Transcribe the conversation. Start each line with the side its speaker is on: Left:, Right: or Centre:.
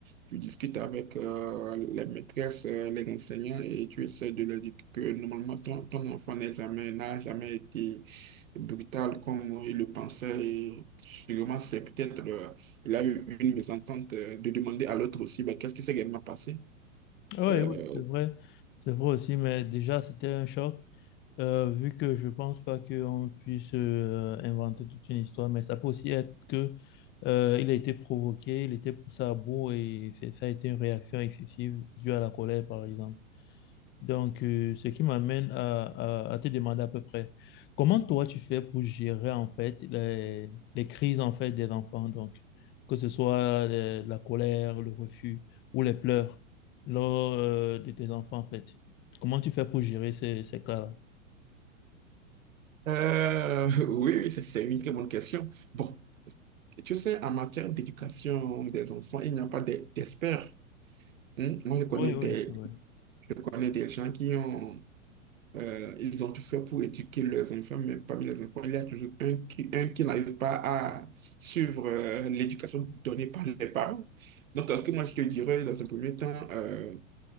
Right: tu discutes avec euh, les maîtresses, euh, les enseignants et tu essaies de leur dire que normalement ton, ton enfant n'est jamais, n'a jamais été brutal comme il le pensait et sûrement c'est peut-être, euh, il a eu une mésentente euh, de demander à l'autre aussi, bah, qu'est-ce qui s'est réellement passé?
Left: Oui,
Right: Euh,
Left: oui, c'est vrai. C'est vrai aussi, mais déjà, c'était un choc, euh, vu que je pense pas qu'on puisse euh, inventer toute une histoire, mais ça peut aussi être que euh, il a été provoqué, il était poussé à bout et c'est- ça a été une réaction excessive due à la colère, par exemple. Donc, euh, ce qui m'amène à, à- à te demander à peu près, comment toi tu fais pour gérer en fait les, les crises en fait des enfants, donc que ce soit les- la colère, le refus ou les pleurs lors euh, de tes enfants en fait. Comment tu fais pour gérer ces, ces cas-là?
Right: euh, <laughs> oui, oui, c'est c'est une très bonne question. Bon, tu sais, en matière d'éducation des enfants, il n'y a pas d'e- d'experts. hein. Moi, je connais
Left: Oui, oui,
Right: des,
Left: c'est vrai.
Right: je connais des gens qui ont Euh, ils ont tout fait pour éduquer leurs enfants, mais parmi les enfants, il y a toujours un qui, un qui n'arrive pas à suivre euh, l'éducation donnée par les parents. Donc, euh, ce que moi, je te dirais dans un premier temps, euh,